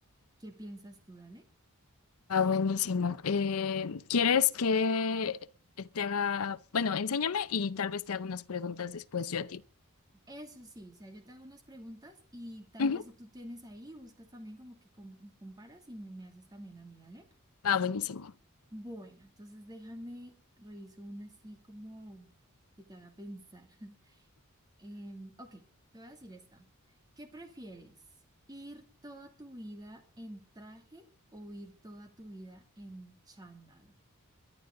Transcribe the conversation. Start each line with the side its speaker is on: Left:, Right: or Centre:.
Right: qué piensas tú, dale.
Left: Ah, buenísimo. Eh, ¿quieres que te haga, bueno, enséñame y tal vez te haga unas preguntas después yo a ti?
Right: Eso sí, o sea, yo te hago unas preguntas y tal
Left: Ujú.
Right: vez si tú tienes ahí, buscas también como que com- comparas y me, me haces también a mí, dale.
Left: Va, buenísimo.
Right: Bueno, entonces déjame, reviso una así como que te haga pensar. <laughs> Em, ok, te voy a decir esta. ¿Qué prefieres? ¿Ir toda tu vida en traje o ir toda tu vida en chándal?